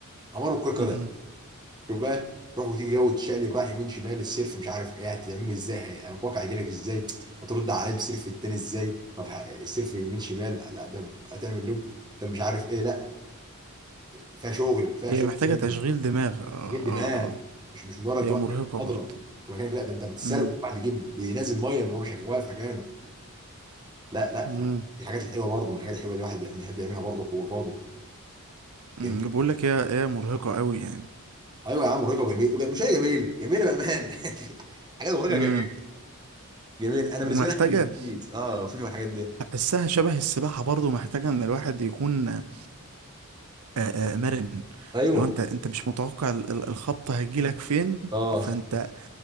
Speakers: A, on the right; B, on the right.
A: امر من الكره قدم
B: مم.
A: شوف بقى تروح وتيجي جو تشقلب رايح يمين شمال السيرف مش عارف ايه هتعمله ازاي هي- انا متوقع يجيلك ازاي هترد عليه بسيرف التاني ازاي طب ه- السيرف يمين شمال لا ده هتعمل لوب ده مش عارف ايه لا فيها شغل فيها
B: هي
A: شغل
B: محتاجة
A: جامد
B: تشغيل دماغ اه
A: غير دماغ
B: اه اه
A: مش مش مجرد انت
B: هي
A: واقف
B: مرهقة
A: في مضرب
B: برضو
A: في مكانك لا ده انت بتتسلق
B: مم.
A: واحد يجيب بينزل ميه من هو شغال واقف مكانه لا لا
B: مم.
A: الحاجات الحلوه برضه من الحاجات الحلوه اللي الواحد بيحب بيحب يعملها برضه وهو فاضي
B: مم.
A: جميل
B: بقول لك هي هي مرهقة قوي يعني
A: ايوه يا عم مرهقه وجميل وج- مش هي جميل جميله بامان <laughs> حاجات مرهقه
B: مم.
A: جميل جميل انا بالنسبه
B: ومحتاجة
A: لي احسن من البيت اه وفي في الحاجات دي
B: أحسها شبه السباحة برضو محتاجة إن الواحد يكون آه، آه، مرن
A: ايوه
B: لو أنت أنت مش متوقع ال- ال- الخبطة هتجيلك فين
A: اه
B: فأنت